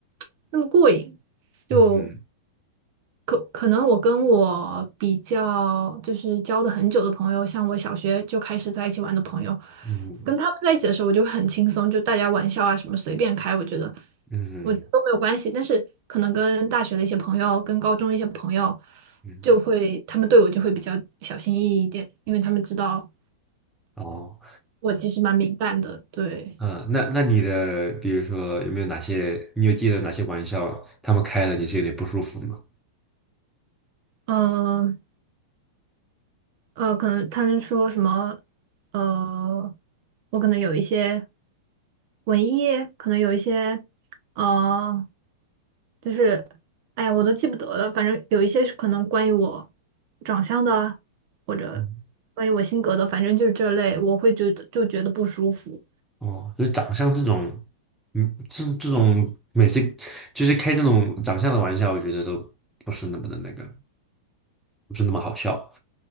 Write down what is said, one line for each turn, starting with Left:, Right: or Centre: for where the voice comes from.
Right: <tsk> 那么过瘾，就
Centre: 嗯嗯
Right: 可可能我跟我比较就是交的很久的朋友，像我小学就开始在一起玩的朋友，
Centre: 嗯
Right: 跟他们在一起的时候，我就很轻松，就大家玩笑啊什么随便开，我觉得
Centre: 嗯
Right: 我觉得都没有关系。但是可能跟大学的一些朋友，跟高中的一些朋友，
Centre: 嗯，
Right: 就会他们对我就会比较小心翼翼一点，因为他们知道
Centre: 哦。
Right: 我其实蛮敏感的。对，
Centre: 啊，那那你的，比如说有没有哪些，你有记得哪些玩笑他们开了你是有点不舒服吗？
Right: 嗯，呃，可能他们说什么，呃，我可能有一些文艺，可能有一些，呃，就是，哎呀，我都记不得了，反正有一些是可能关于我长相的啊或者
Centre: 嗯
Right: 关于我性格的，反正就是这类，我会觉得就觉得不舒服。
Centre: 哦，就是长相这种，嗯，这这种每次就是开这种长相的玩笑，我觉得都不是那么的那个，不是那么好笑。